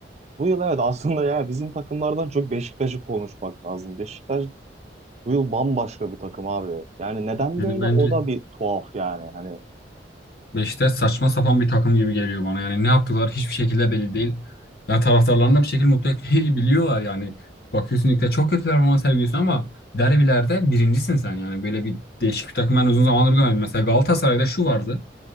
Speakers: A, on the right; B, on the left.
A: Bu yıl evet aslında ya bizim takımlardan çok Beşiktaş'ı konuşmak lazım. Beşiktaş bu yıl bambaşka bir takım abi. Yani neden
B: Yani
A: böyle
B: bence
A: o da bir tuhaf yani. Hani
B: Beşiktaş saçma sapan bir takım gibi geliyor bana. Yani ne yaptılar hiçbir şekilde belli değil. Ya taraftarlarını da bir şekilde mutlu etmeyi <laughs> biliyorlar yani. Bakıyorsun ligde çok kötü performans sergiliyorsun ama derbilerde birincisin sen yani. Böyle bir değişik bir takım ben uzun zamandır görmedim. Mesela Galatasaray'da şu vardı.